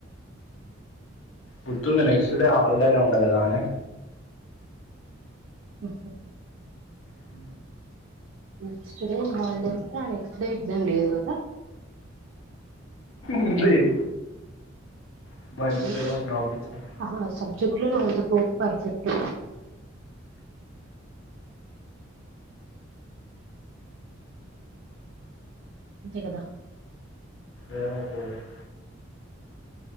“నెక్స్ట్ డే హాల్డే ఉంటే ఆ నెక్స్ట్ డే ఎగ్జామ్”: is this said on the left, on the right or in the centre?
Right